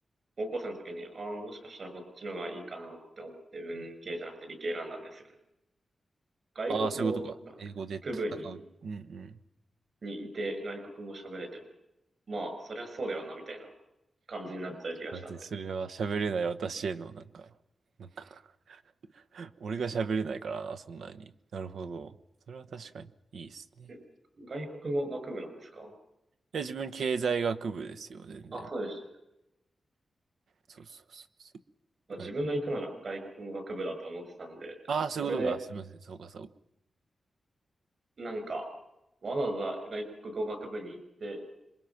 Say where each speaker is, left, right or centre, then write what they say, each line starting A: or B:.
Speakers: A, on the right; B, on the right.
A: 高校生の時に、ああ、もしかしたらこっちの方がいいかなって思って、文系じゃなくて理系選んだんですよね。外国語
B: ああ、そういうことか。英語で戦う。
A: 学部に
B: うんうん。
A: にいて外国語喋れても、まあ、そりゃそうだよな、みたいな感じになっちゃう気がしたんで。
B: だってそれは喋れない私へのなんか、なんか <laughs> 俺が喋れないからな、そんなに。なるほど。それは確かにいいですね。
A: え外国語学部なんですか
B: いや、自分経済学部ですよ、全然。
A: あ、そうでしたね。
B: そうそうそうそ
A: まあ、自分が行くなら外国語学部だと思ってたんで、
B: う。はい、ああ、
A: それで、
B: そういうことか。すみません。そうか、そうか。
A: なんか、わざわざ外国語学部に行って、